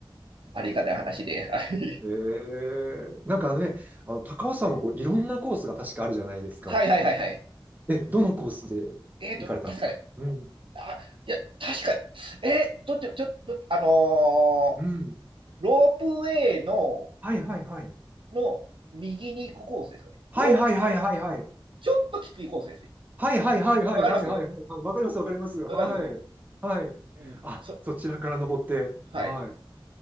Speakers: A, on the right; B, on the right.
A: ありがたい話で。はい
B: えー、なんかあのね、あの、高尾さんもこういろんなコースが確かあるじゃないですか。
A: <laughs> はいはいはいはい。
B: え、どのコースで行かれたんですかうん。
A: えっーと、確かね。あ、いや、確かに。えー、どっち、ちょ、とあのー
B: うん。
A: ロープウェイの、
B: はいはいはい。
A: の右に行くコースですかね。
B: はいはいはいはいはい。
A: ロープ、ちょっときついコースですね。
B: はいはいはいはいはいはいはいはい。
A: わかります
B: わかります、わかります。はい。
A: 大丈夫。
B: はい。
A: うん、
B: あ、
A: そ、
B: そちらから登って。
A: はい。
B: はい。